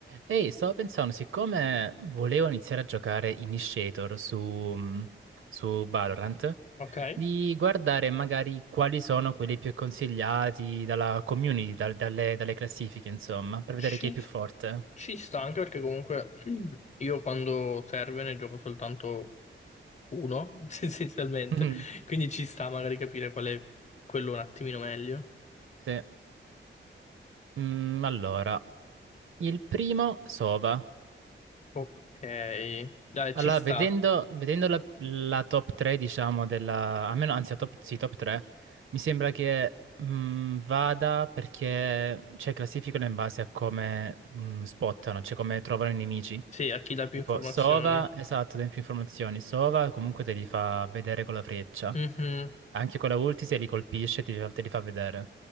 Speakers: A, on the right; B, on the left.
A: Ehi, stavo pensando, siccome volevo iniziare a giocare Initiator su, mm, su Valorant,
B: Ok,
A: di guardare magari quali sono quelli più consigliati dalla community, dal- dalle, dalle classifiche, insomma, per
B: ci,
A: vedere chi è più forte.
B: ci sta anche perché comunque <clears throat> Mm. io quando serve ne gioco soltanto uno, <laughs> essenzialmente,
A: <laughs>
B: quindi ci sta magari capire qual è quello un attimino meglio.
A: Sì. Mm, allora, il primo, Sova.
B: Ok, dai, ci
A: Allora,
B: sta.
A: vedendo, vedendo la, la top 3, diciamo, della, almeno, anzi, la top, sì, top 3, mi sembra che mh, vada perché, cioè, classificano in base a come mh, spottano, cioè come trovano i nemici.
B: Sì, a chi dà più
A: Tipo
B: informazioni.
A: Sova, esatto, tempi informazioni. Sova comunque te li fa vedere con la freccia.
B: Mhm.
A: Anche con la ulti se li colpisce te li fa, te li fa vedere.